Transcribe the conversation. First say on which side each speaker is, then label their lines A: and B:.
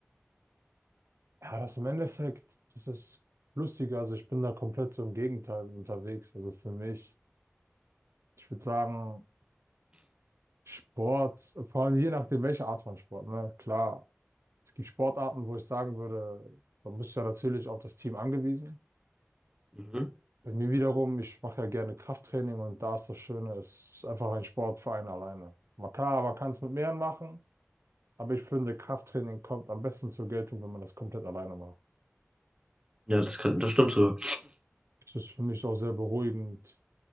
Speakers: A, on the right (about 75°); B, on the right (about 20°).
A: Ja, das im Endeffekt, das ist lustiger. Also ich bin da komplett so im Gegenteil unterwegs. Also für mich. Ich würde sagen, Sport, vor allem je nachdem, welche Art von Sport, ne? Klar, es gibt Sportarten, wo ich sagen würde, man ist ja natürlich auf das Team angewiesen.
B: Mhm.
A: Bei mir wiederum, ich mache ja gerne Krafttraining und da ist das Schöne, es ist einfach ein Sport für einen alleine. Man kann, man kann es mit mehreren machen, aber ich finde, Krafttraining kommt am besten zur Geltung, wenn man das komplett alleine macht.
B: Ja, das kann, das stimmt so.
A: Es ist für mich auch sehr beruhigend,